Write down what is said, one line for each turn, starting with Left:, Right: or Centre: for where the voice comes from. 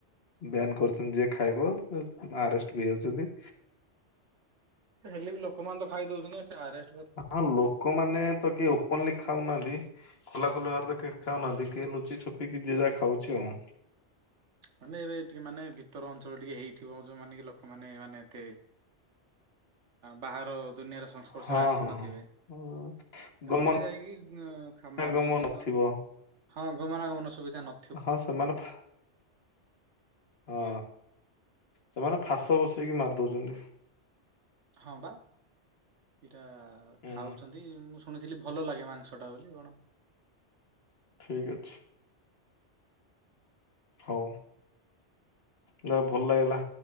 Left: ବ୍ୟାନ କରିଛନ୍ତି ଯିଏ ଖାଇବ ଆରେଷ୍ଟ ବି ହେ।
Right: ହେଲେ ବି ଲୋକମାନେ ତ ଖାଇ ଦଉଛନ୍ତି ସେ ଆରେଷ୍ଟ୍
Left: ହଁ ଲୋକମାନେେ ତ କିଏ ଓପୋନଲି ଖାଉନାହାନ୍ତି। ଖୋଲା ଖୋଲି ଭାବରେ ଖାଉନାହାନ୍ତି। କିଏ ଲୁଚି ଛପିକି ଯିଏ ଯାହା ଖାଉଛି ଆଉ।
Right: ମାନେ ଏବେ ଟିକେ ମାନେ ଭିତର ଅଞ୍ଚଳ ଟିକେ ହେଇଥିବ ଯୋଉମାନେ କି ଲୋକମାନେେ ମାନେ ଏତେ ବାହାର ଦୁନିଆର ସଂସ୍ପର୍ଶରେ
Left: ହଁ
Right: ଆସି
Left: ହଁ
Right: ନଥିବେ।
Left: ହଁ
Right: ସେମାନେ
Left: ଗମନା
Right: ଯାଇକି ମାରୁଛନ୍ତି
Left: ଗମ ନଥିବ
Right: ହଁ ଗମନାଗମନ ସୁବିଧା ନ
Left: ହଁ ସେମାନେ ଫା ହଁ ସେମାନେ ଫାସ ବସେଇକି ମାରିଦଉଛନ୍ତି।
Right: ହଁ ବା ସେଇଟା
Left: ହୁଁ
Right: ଖାଉଛନ୍ତି। ମୁଁ ଶୁଣିଥିଲି ଭଲ ଲାଗେ ମାଂସଟା ବୋଲି କଣ।
Left: ଠିକ୍ ଅଛି। ହଉ ଯା ହଉ ଭଲ ଲାଗିଲା।